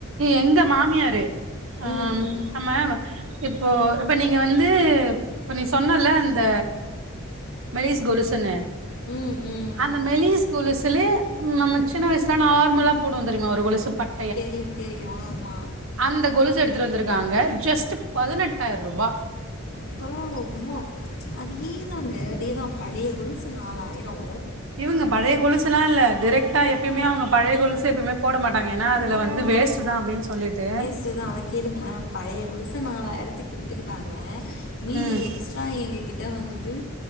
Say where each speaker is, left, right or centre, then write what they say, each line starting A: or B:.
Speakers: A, on the right; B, on the left.
A: எங்க மாமியாரு ஆம்
B: ம் ம்
A: நம்ம இப்போ இப்ப நீங்க வந்து இப்ப நீ சொன்னல அந்த மெலிஸ் கொலுசுன்னு
B: ம் ம்
A: அந்த மெலிஸ் கொலுஸ் இதுல்யு நம்ம சின்ன வயசுல நார்மலா போடுவோ தெரியுமா ஒரு கொலுசு பட்
B: தெரியோ தெரியோ ஆமா
A: அந்த கொலுசு எடுத்துட்டு வந்திருக்காங்க ஜஸ்ட்டு பதினெட்டாயிருபா
B: இப்போ உம்மா அதே தாங்க அதே தா பழய கொலுசு நாலாயிரோ
A: இவுங்க பழய கொலுசுலா இல்ல டெரக்ட்டா எப்பயுமே அவுங்க பழய கொலுசு எப்பயுமே போட மாட்டாங்க ஏனா அதுல வந்து வேஸ்ட்டு தா அப்டின் சொல்லிட்டு
B: து தா அத கேளுங்களே பழைய கொலுச நாலாயிரத்துக்கு எடுத்துக்கிட்டாங்க மீதி
A: ம்
B: எக்ஸ் ரா எங்க கிட்ட வந்துட்டு